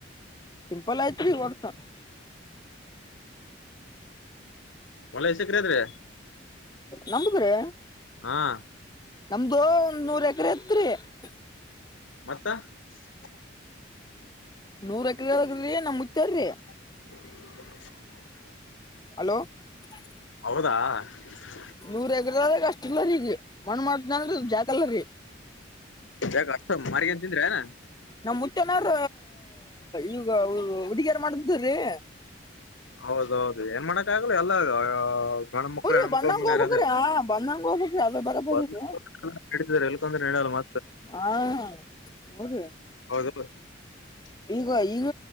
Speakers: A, on the left (about 20°); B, on the left (about 75°).
A: ಸಿಂಪಲ್ ಆಯ್ತ್ <unintelligible> ಹೊಡ್ತ
B: ಹೊಲ ಎಸಕರೆ <unintelligible> ದ್ರೆ
A: ನಂಬಕರ <unintelligible>
B: ಹಾ <unintelligible>
A: ನಮ್ದು ಒಂದ್ ನೂರ್ ಎಕರೆ ತ್ರಿ <unintelligible>
B: ಮತ್ತ <unintelligible>
A: ನೂರ ಎಕರೆೋಗ್ರಿ ನಮ್ ಮುುತ್ತಾರೀ <unintelligible>
B: <unintelligible>
A: ಹಲೋ <unintelligible>
B: ಪ್ಪ <unintelligible>
A: ನೂರ ಗದ ಕಷ್ಟಲ್ಲಗ <unintelligible> ಮಣ ಮಾಡ್ದನ ಜಾಕಲ್ಲೀ
B: ಯಾಕ ಅಷ್ಟ ಮಾರಿಗಂಡ ತಿಂದ್ರಿ ಏನ
A: ನಮ್ಮ <unintelligible> ನಾರ ಈಗ ಉಡುಗಿಯರ ಮಾಡತ್ರೀ <unintelligible>
B: ಹೌದೌದು ಏನ್ ಮಣಕ್ಕ ಆಗಲ್ಲ ಎಲ್ಲ <unintelligible> ಹಣ ಮಕ್ಕಳು
A: ಹೂರಿ
B: ಎಣಮಕ್ಕಳಮ್ಮ
A: ಬಂದಂಗ ಹೋಗ್ಬೇಕ್ರಿ
B: ಇರದ
A: ಹಾ ಬಂದಂಗ ಹೋಗ್ಬೇಕ್ರಿ ಅದ ಬರಬರಿರಿ
B: ಅ ಅ <unintelligible> <unintelligible> ಹೇಳ ಮ
A: ಹಾ ಹೋಗದ <unintelligible>
B: ಅದಲ್ಲ <unintelligible>
A: ಈಗ ಈಗ